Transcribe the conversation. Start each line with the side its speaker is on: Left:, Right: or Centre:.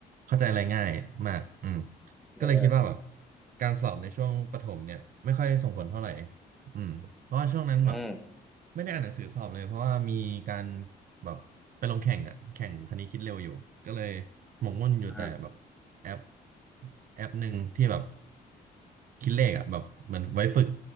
Right: เข้าใจอะไรง่ายมากอืม
Centre: เออเออ
Right: ก็เลยคิดว่าแบบการสอบในช่วงประถมเนี่ยไม่ค่อยส่งผลเท่าไหร่ อืมเพราะว่าช่วงนั้นแบบ
Centre: อืม
Right: ไม่ได้อ่านหนังสือสอบเลยเพราะว่ามีการแบบไปลงแข่งอ่ะแข่งคณิตคิดเร็วอยู่ก็เลยหมกมุ่นอยู่แต่แบบแอป
Centre: อ่า
Right: แอปหนึ่งที่แบบคิดเลขอ่ะแบบเหมือนไว้ฝึก